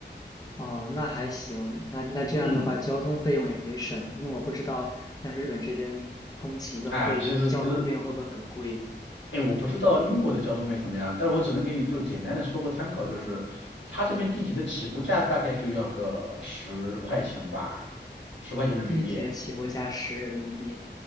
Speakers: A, on the left; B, on the left.
A: 哦，那还行，那那这样的话，
B: 嗯，
A: 交通费用也可以省了，因为我不知道像日本这边通勤的费用，
B: 啊，其实其实
A: 交通费用会不会很贵？
B: 哎，我不知道英国的交通费怎么样，但是我只能给你就简单的说个参考，
A: 嗯，
B: 就是它这边地铁的起步价大概就要个十块钱吧，十块钱人民币。
A: 地铁起步价十人民币，